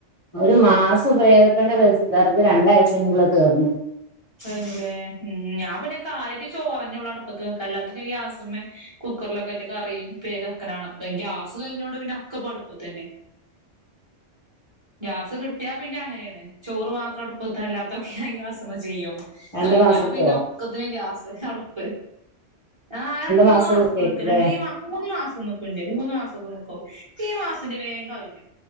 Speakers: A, on the left; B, on the right.
A: ഒരു മാസം ഉപയോകിക്കേണ്ട വെസ് വെറക് രണ്ടാഴ്‌ചേനുള്ളി തീർന്ന്
B: കഴിഞ്ഞ്ലെ ഉം ഞാൻ പിന്നെ കാര്യായ്റ്റ് ചോറെന്നെ ഒള്ളു അടുപ്പെത്ത് വെക്കാ അല്ലാത്തെത് ഞാ ഗ്യാസ്മ്മേ കുക്കെർലൊക്കെ ആയിറ്റ് കറി <unintelligible> അപ്പെയ് ഗ്യാസ് കഴിഞ്ഞോണ്ട് പിന്നെ ഒക്കെ ഇപ്പം അട്പ്പത്തെന്നെ ഗ്യാസ് കിട്ടിയാ പിന്നെ അങ്ങനെയാണ് ചോറ് മാത്രം അട്പ്പെത്ത് അല്ലാത്തൊക്കെ ഗ്യാസ്മ്മെ വെ ചെയ്യും
A: രണ്ട്
B: കഴിഞ്ഞാ
A: മാസം കിട്ടുവോ
B: പിന്നെ ഒക്കത്തിനും ഗ്യാസ് അടുപ്പ് ആഹ് രണ്ട് മൂന്ന്
A: മാസം
B: മാസൊക്കെ
A: കിട്ടിയേക്കുല്ലേ
B: നിക്കെൽ ഇണ്ട് ഈ മാ മൂന്ന് മാസം നിക്കുണ്ട് മൂന്ന് മാസൊക്ക നിക്കും ഈ മാസന്റെ വേഗം കഴിഞ്ഞു